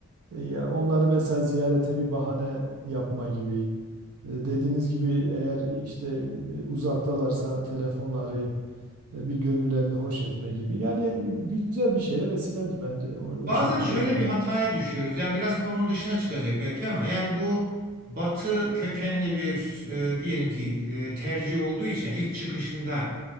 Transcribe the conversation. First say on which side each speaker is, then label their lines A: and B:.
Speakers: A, on the right (about 85°); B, on the right (about 40°).
A: e, ya Onları mesela ziyarete bir bahane yapma gibi. E, Dediğiniz gibi eğer işte e, uzaktalarsa telefonla arayıp e, bir gönüllerini hoş etme gibi. Yani güzel bir şeye vesiledir bence o,
B: Bazen
A: o şekilde
B: şöyle
A: değerli.
B: bir hataya düşüyoruz. Yani biraz konunun dışına çıkacak belki ama yani bu Batı kökenli bir e, diyelim ki e, tercih olduğu için ilk çıkışında